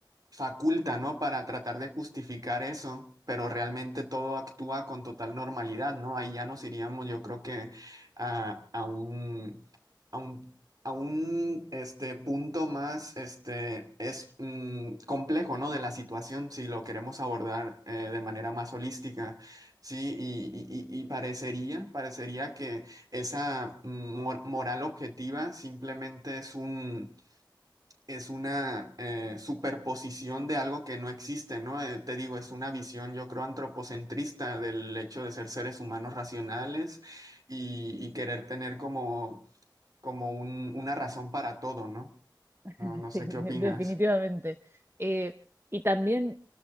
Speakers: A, on the right (about 50°); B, on the right (about 30°).
A: faculta, ¿no? Para tratar de justificar eso, pero realmente todo actúa con total normalidad, ¿no? Ahí ya nos iríamos, yo creo que a, a un, a un, a un este, punto más este, es, mm, complejo, ¿no? De la situación, si lo queremos abordar eh, de manera más holística, ¿sí? Y, y, y y parecería, parecería que esa mm, mor- moral objetiva simplemente es un es una eh, superposición de algo que no existe, ¿no? Eh, te digo, es una visión, yo creo, antropocentrista del hecho de ser seres humanos racionales y, y querer tener como, como un- una razón para todo, ¿no? No,
B: <laughs>
A: no sé
B: Sí, de-
A: qué opinas.
B: definitivamente. Eh, y también,